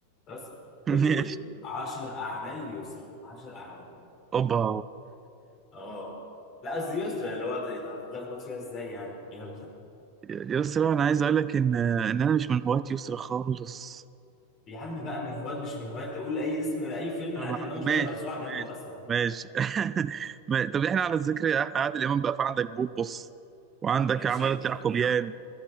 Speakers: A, on the left (about 30°); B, on the right (about 20°).
A: بس
B: <laughs> ماشي
A: قول لي 10 أعمال ليسرى 10 أعمال
B: اوبا
A: آه لا قصدي يسرى اللي هو تلخبط فيها إزاي يعني يلا
B: يسرا انا عايز اقول لك ان ان انا مش من هواة يسرا خالص
A: يا عم بقى من هواة مش من هواة قول أي اسم أي فيلم
B: طبعا
A: لعادل إمام هتلاقيها
B: ماشي
A: مرزوعة جنبه
B: ماشي
A: أصلا
B: ماشي <laughs> ما- طب احنا على الذكر احنا عادل امام بقى فعندك بوبس وعندك
A: ماشي
B: عمارة
A: يلا
B: يعقوبيان